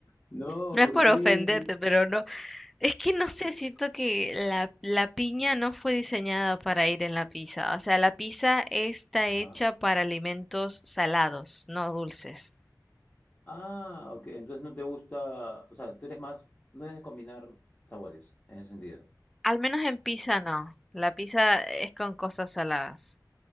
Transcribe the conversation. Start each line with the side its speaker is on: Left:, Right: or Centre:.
Left: No,
Centre: No es
Left: ¿por
Centre: por
Left: qué?
Centre: ofenderte, pero no. Es que no sé, siento que la, la piña no fue diseñada para ir en la pizza. O sea, la pizza está
Left: Ajá.
Centre: hecha para alimentos salados, no dulces.
Left: Ah, ok. Entonces no te gusta, o sea, tú eres más, no es de combinar sabores en ese sentido.
Centre: Al menos en pizza no. La pizza es con cosas saladas.